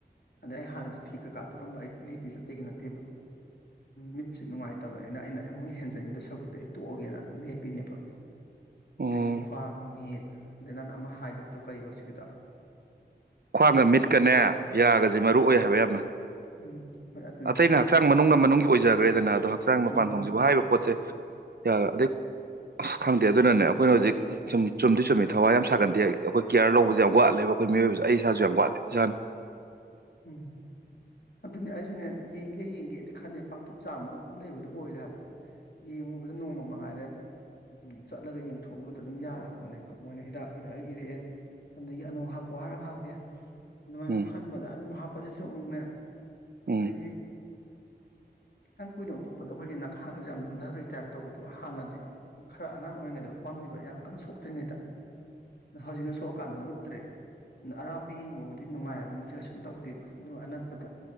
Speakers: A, on the left; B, on the right.
A: ꯑꯗꯩ ꯑꯩ ꯍꯥꯟꯅꯁꯨ ꯐꯤ ꯀꯩꯀꯥ ꯇꯨꯔꯝꯕ ꯑꯩ ꯂꯦꯞꯄꯤ ꯆꯇꯩꯒꯤ ꯅꯠꯇꯦꯕ ꯃꯤꯠꯁꯦ ꯅꯨꯡꯉꯥꯏꯇꯕꯅꯤꯅ ꯑꯩꯅ ꯃꯨꯣꯏ ꯍꯦꯟꯖꯟꯉꯗ ꯁꯛꯄꯗ ꯑꯩ ꯇꯣꯛꯑꯒꯦꯅ ꯂꯦꯞꯄꯤꯅꯦꯕ
B: ꯎꯝ
A: ꯑꯗꯒꯤ ꯈ꯭ꯋꯥꯡ ꯃꯤꯠ ꯑꯗꯩ ꯅꯪꯅ ꯑꯃ ꯍꯥꯏꯈꯤꯕꯗꯣ ꯀꯔꯤꯕꯣ ꯁꯤꯒꯤꯗ
B: ꯈ꯭ꯋꯥꯒ ꯃꯤꯠ ꯆꯠꯀꯅꯦ ꯌꯥꯒꯁꯦ ꯃꯔꯨꯑꯣ ꯑꯣꯏ ꯍꯥꯏꯕ ꯌꯥꯝꯅ
A: ꯎꯝ ꯍꯣꯏ ꯑꯗꯨꯅꯤ
B: ꯑꯇꯩꯩꯅ ꯍꯛꯆꯥꯡ ꯃꯅꯨꯡ ꯃꯅꯨꯡꯒꯤ ꯑꯣꯏꯖꯈ꯭ꯔꯦꯗꯅ ꯑꯗꯣ ꯍꯛꯥꯡ
A: ꯎꯝ
B: ꯃꯥꯟ
A: ꯎꯝ
B: ꯊꯣꯡꯖꯕ
A: ꯎꯝ
B: ꯍꯥꯏꯔꯤꯕ ꯄꯣꯠꯦ ꯁ ꯌꯥ ꯑꯗꯩ ꯑꯁ ꯈꯪꯗꯦ ꯑꯗꯨꯅꯅꯦ ꯑꯩꯈꯣꯏꯅ ꯍꯧꯖꯤꯛ ꯁꯨꯝ ꯆꯨꯝꯗꯤ ꯆꯨꯝꯃꯤ ꯊꯋꯥꯏ ꯌꯥꯝꯅ ꯁꯥꯒꯟꯗꯦ ꯍꯥꯏ ꯑꯩꯈꯣꯏ ꯀꯤꯌꯥꯔ ꯂꯧꯕꯁꯦ ꯌꯥꯝ ꯋꯥꯠꯂꯦꯕ ꯑꯩꯈꯣꯏ ꯃꯤꯑꯣꯏꯕꯕꯁꯤꯦ ꯑꯩ <unintelligible>
A: ꯎꯝ ꯑꯗꯨꯅꯦ ꯑꯩꯁꯨꯅꯦ ꯌꯦꯡꯒꯦ ꯌꯦꯡꯒꯦꯗꯤ ꯈꯟꯅꯦ ꯄꯥꯡꯊꯣꯛ ꯆꯥꯝꯃꯒ ꯑꯗꯨꯝ ꯂꯩꯕꯗꯣ ꯑꯣꯏꯔꯦ ꯍꯥꯏꯕ ꯌꯦꯡꯉꯨꯕꯗ ꯅꯣꯡꯃ ꯃꯉꯥꯏꯗ ꯆꯠꯂꯒ ꯌꯦꯡꯊꯣꯛꯎꯕꯗ ꯑꯗꯨꯝ ꯌꯥꯔ ꯄꯣꯠꯅꯦꯕ ꯃꯣꯏꯅ ꯍꯤꯗꯥꯛ ꯏꯔꯛꯑꯒ ꯏꯔꯛꯑꯦ ꯑꯗꯒꯤ ꯑꯅꯧ ꯍꯥꯞꯄꯣ ꯍꯥꯏꯔꯞ ꯍꯥꯞꯄꯦ ꯑꯗꯨꯃꯥꯏꯅ
B: ꯎꯝ
A: ꯈꯟꯕꯗ ꯑꯁꯤꯁꯨ ꯑꯃꯨꯛꯅꯦ
B: ꯎꯝ
A: ꯑꯩꯒꯤ ꯈꯤꯇꯪ ꯀꯨꯏꯅ ꯎꯄꯛꯄꯣ ꯑꯩꯈꯣꯏꯒꯤ ꯅꯈꯥꯡꯁꯦ ꯌꯥꯝ ꯂꯨꯝꯊꯕꯒꯤ ꯇꯥꯏꯞ ꯇꯧꯕꯗꯣ ꯍꯥꯟꯅꯗꯤ ꯈꯔ ꯑꯉꯥꯡ ꯑꯣꯏꯔꯤꯉꯩꯗ ꯎꯞꯄꯝꯃꯤꯕ ꯌꯥꯝ ꯀꯟꯅ ꯁꯣꯛꯇ꯭ꯔꯤꯉꯩꯗ ꯍꯧꯖꯤꯛꯅ ꯁꯣꯛꯑꯀꯥꯟꯗꯅ ꯎꯞꯇ꯭ꯔꯦ ꯑꯗꯨꯅ ꯑꯔꯥꯞꯄ ꯌꯦꯡꯕꯕꯨꯗꯤ ꯅꯨꯡꯉꯥꯏꯑꯕ ꯃꯤꯠꯆꯠꯀ ꯁꯨꯝ ꯇꯧꯗꯦꯕ ꯑꯗꯨ ꯑꯅꯛꯄꯗ